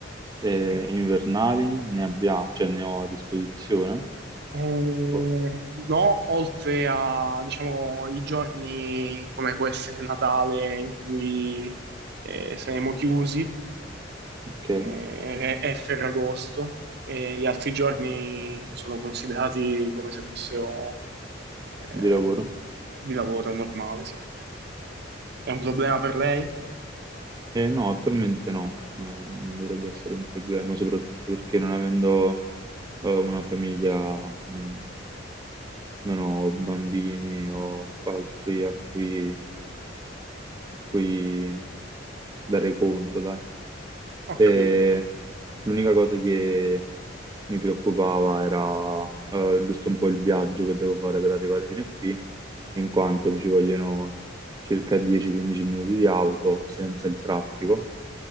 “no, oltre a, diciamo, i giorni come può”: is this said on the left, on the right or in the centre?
Right